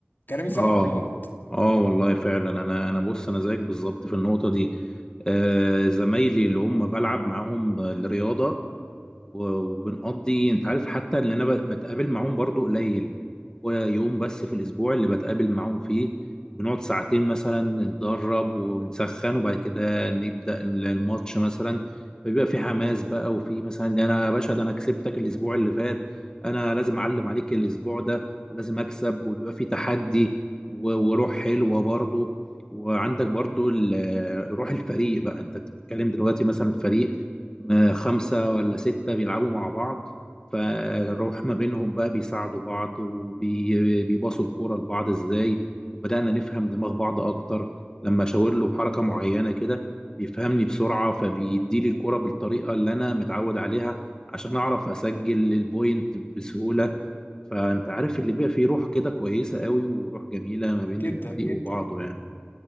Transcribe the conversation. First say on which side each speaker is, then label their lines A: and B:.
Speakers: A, on the left; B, on the left.
A: كلامي صح
B: اه
A: ولا غلط؟
B: اه والله فعلا انا انا بص انا زيك بالظبط في النقطه دي آه زمايلي اللي هم بلعب معاهم الرياضه و- وبنقضي انت عارف حتى ان انا ب- بتقابل معاهم برضو قليل هو يوم بس في الاسبوع اللي بتقابل معاهم فيه بنقعد ساعتين مثلا نتدرب ونسخن وبعد كده نبدا الماتش مثلا فبيبقى في حماس بقى وفي مثلا ده انا يا باشا ده انا كسبتك الاسبوع اللي فات انا لازم اعلم عليك الاسبوع ده ولازم اكسب وبيبقى في تحدي و- وروح حلوه برضه وعندك برضه ال- روح الفريق بقى انت بتتكلم دلوقتي مثلا فريق م- خمسه ولا سته بيلعبوا مع بعض فالروح ما بينهم بقى بيساعدوا بعض وبيباصوا الكوره لبعض ازاي وبدانا نفهم دماغ بعض اكتر لما اشاور له بحركه معينه كده بيفهمني بسرعه فبيديلي الكوره بالطريقه اللي انا متعود عليها عشان اعرف اسجل البوينت بسهوله فانت عارف اللي بيبقى فيه روح كده كويسه قوي وروح جميله ما بين
A: جدا
B: الفريق
A: جدا
B: وبعضه يعني